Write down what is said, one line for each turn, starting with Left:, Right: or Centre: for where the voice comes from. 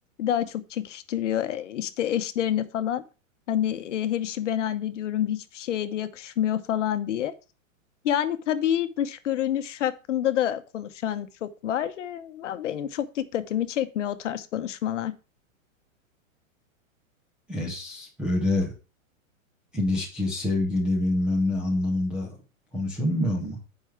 Left: daha çok çekiştiriyor e, işte eşlerini falan. Hani e, her işi ben hallediyorum, hiçbir şeye de yakışmıyor falan diye. Yani tabii dış görünüş hakkında da konuşan çok var. E, ama Benim çok dikkatimi çekmiyor o tarz konuşmalar.
Centre: Es böyle ilişki, sevgili bilmem ne anlamında konuşulmuyor mu?